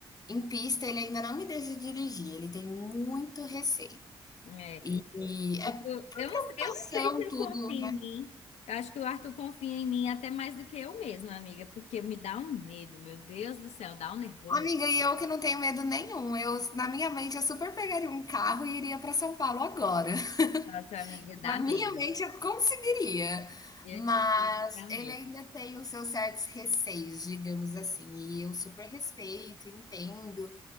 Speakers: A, on the left; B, on the left.
A: em pista, ele ainda não me deixa dirigir, ele tem muito receio.
B: É.
A: E, e é
B: Eu tô- eu não,
A: preocupação,
B: sei- eu não sei se ele
A: tudo,
B: confia em
A: né?
B: mim. Eu acho que o Arthur confia em mim até mais do que eu mesma, amiga, porque me dá um medo, meu Deus do céu, dá um nervoso.
A: Amiga, e eu que não tenho medo nenhum. Eu, na minha mente, eu super pegaria um carro e iria para São Paulo agora. <laughs>
B: Nossa, amiga, dá
A: Na minha
B: medo.
A: mente, eu conseguiria.
B: Eu
A: Mas
B: te digo que dá medo.
A: ele ainda tem os seus certos receios, digamos assim. E eu super respeito, entendo.